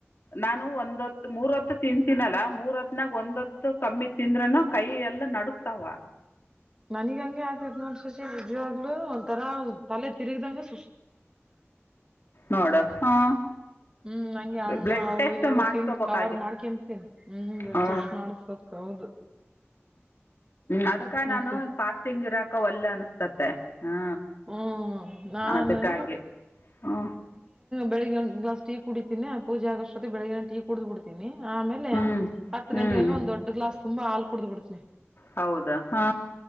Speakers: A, on the left; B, on the right.
A: ನಾನು ಒಂದ್ತ್ತು ಮೂರ ಹೊತ್ತು ತಿಂತೀನಲ್ಲ ಮೂರ್. ತ್ನಾಗ ಒಂದತ್ತು ಕಮ್ಮಿ ತಿಂದ್ರನು ಕೈ ಎಲ್ಲ ನಡತಾವ.
B: ನನಗ್ ಹಂಗೆ ಆಗ್ತತ್ ನೋಡ ಸಚ ವಿಜ್ವಾಗ್ಲು ಒಂಥರಾ ತಲೆ ತಿರುಗದಾಗ ಸುಸ್
A: ನೋಡ ಹಾ
B: ಹ್ಮ್ ನಂಗೆ ಹಣ್ಣು
A: ಬ್ಲಡ್
B: ಅವು
A: ಟೆಸ್
B: ಇವು
A: ಮಾಡಕೋಬೇಕ
B: ತಿಂದು ಕವರ್ ಮಾಡ್ಕಂತೀನಿ ಹ್ಮ್ ಬ್ಲಡ್
A: ಹ
B: ಟೆಸ್ಟ್ ಮಾಡಸ್ಬೇಕು ಹೌದು
A: ಅದ
B: ಮತ್ತೆ
A: ನಸ್್ ಒಲ್ಲೆ ಅನಿಸ್ತತ್ತತೆ ಹಾ
B: ಹ್ಮ್ ನಾನು
A: ಅದ ಹಾಗೆ ಹ್ಮ
B: ಬೆಳಗ್ ಒ್ಾ ಟ ಕುಡೀಿನಿ ಆ ಪೂಜೆಗೋಷ್ಟೊ ಬೆಳಗ್ಗ ಟ ಕುಡ್ ಬಿಡ್ತಿನಿ ಆಮೇಲೆ
A: ಹ್ಮ್
B: ಹತ್ತು
A: ಹ್ಮ್
B: ಗಂಟೆಗೆಗ ಒಂದ್ ದೊಡ್ ಗ್ಲಾಸ್ ತುಂಬಾ ಹಾಲ್ ಕುಡ್ದು ಬಿಡ್ತನಿ
A: ಹೌದಾ ಹಾ